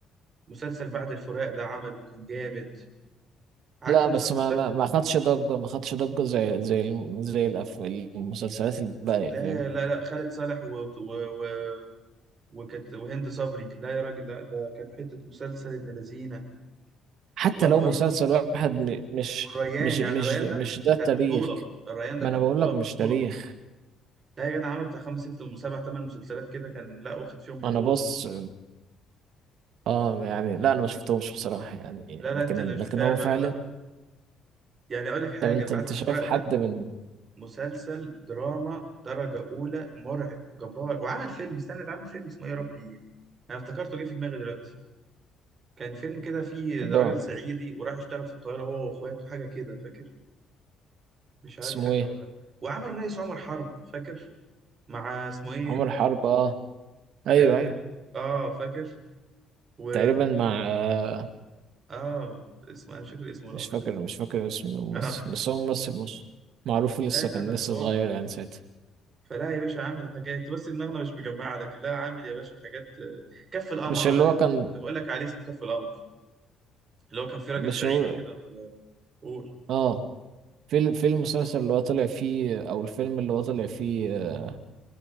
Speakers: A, on the right; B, on the right.
A: مسلسل بعد الفراق ده عمله كان جامد عارف
B: لا
A: المسلسل
B: بس ما
A: ده
B: ما ما خدش ضجة ما خدش ضجة زي زي الم- زي الأف- المسلسلات الباقية
A: لا
B: فاهم
A: لا لا خالد صالح و... و... و... وكانت وهند صبري لا يا راجل لا ده كان حتة مسلسل ابن لذينة
B: حتى
A: وحوار
B: لو مسلسل واحد م- مش
A: والريان
B: مش
A: يعني
B: مش
A: الريان
B: مش
A: ده
B: ده التاريخ
A: كانت بطولة الريان ده
B: ما
A: كان
B: انا بقول
A: بطولة
B: لك
A: بطولة
B: مش تاريخ
A: لا يا جدع عامل بتاع خمس ست وسبع تمن مسلسلات كده كان لا واخد فيهم بطولة
B: انا بص اه يعني لا انا ما شفتهمش بصراحة يعني
A: لا لا
B: لكن
A: انت اللي مش
B: لكن
A: متابع
B: هو فعلا
A: بقى يعني اقول لك حاجة
B: طب انت
A: بعد
B: انت
A: الفراق
B: شايف حد
A: ده
B: من
A: مسلسل دراما درجة أولى مرعب جبار وعمل فيلم استنى ده عامل فيلم اسمه إيه يا ربي أنا افتكرته جه في دماغي دلوقتي كان فيلم كده فيه
B: اللي
A: راجل
B: هو
A: صعيدي وراح اشتغل في القاهرة هو وأخواته حاجة كده فاكر مش عارف
B: اسمه
A: فاكر
B: ايه
A: ولا لا وعمل الرئيس عمر حرب فاكر مع اسمه إيه
B: عمر حرب اه ايوه
A: آه، كان
B: ايوه
A: اه فاكر و
B: تقريبا مع آه،
A: اه اسمه انا مش فاكر اسمه راح
B: مش فاكر
A: من دماغي
B: مش فاكر اسم الممثل
A: اه
B: بس هو ممثل مصري معروف لسه
A: لا لا
B: كان
A: ده حوار
B: لسه صغير يعني ساعتها
A: فلا يا باشا عامل حاجات انت بس دماغنا مش مجمعه لكن لا عامل يا باشا حاجات آه، كف القمر
B: مش اللي
A: اللي
B: هو
A: كان
B: كان
A: اللي بقول لك عليه اسمه كف القمر اللي هو كان في راجل
B: مش
A: صعيدي
B: هو
A: كده وقول
B: اه في ال- في المسلسل اللي هو طلع فيه او الفيلم اللي هو طلع فيه آه،